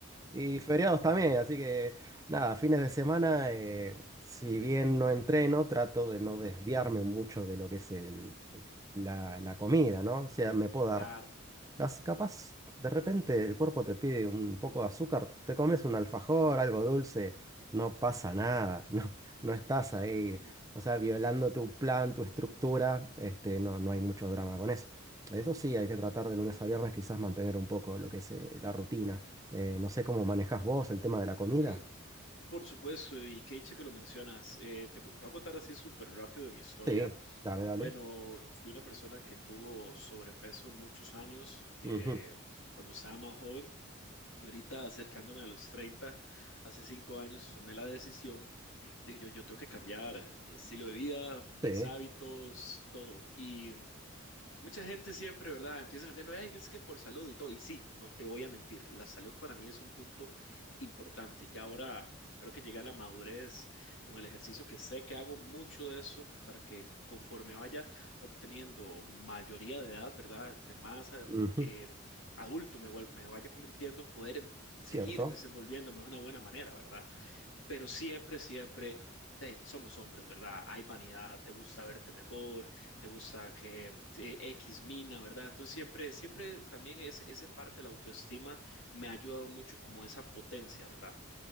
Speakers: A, on the right; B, on the left.
A: Y feriados también. Así que nada, fines de semana. eh, si bien no entreno, trato de no desviarme mucho de lo que es el- el- la, la comida, ¿no? O sea, me puedo dar
B: Claro.
A: Cas- Capaz, de repente el cuerpo te pide un poco de azúcar, te comes un alfajor, algo dulce, no pasa nada, <laughs> no, no estás
B: <laughs>
A: ahí, o sea, violando tu plan, tu estructura, este, no, no hay mucho drama con eso. Eso sí, hay que tratar de lunes a viernes quizás mantener un poco lo que es eh, la rutina. Eh, no sé cómo manejas vos el tema de la comida.
B: Mm, por supuesto, y qué dicha que lo mencionas. Eh, te, cu- te voy a contar así súper rápido de mi historia.
A: Sí, dale, dale.
B: Bueno, fui una persona que tuvo sobrepeso muchos años eh,
A: Ujú,
B: cuando estaba más joven y ahorita acercándome a los treinta hace cinco años tomé la decisión de yo, yo tengo que cambiar eh, mi estilo de vida, mis
A: Sí,
B: hábitos, todo. y Mucha gente siempre, ¿verdad? Empieza a venderlo, "Ay, es que por salud y todo. Y sí, no te voy a mentir, la salud para mí es un punto importante. Ya ahora creo que llegué a la madurez con el ejercicio, que sé que hago mucho de eso para que conforme vaya obteniendo mayoría de edad, ¿verdad? Entre más ah,
A: ujú,
B: eh, adulto me, vuel- me vaya convirtiendo, poder seguir
A: Cierto.
B: desenvolviéndome de una buena manera, ¿verdad? pero siempre, siempre, de ahí, somos hombres, ¿verdad? Hay vanidad, te gusta verte mejor, te gusta que eh, X mina, ¿verdad? Entonces siempre, siempre también ese, esa parte de la autoestima me ha ayudado mucho como esa potencia, ¿verdad?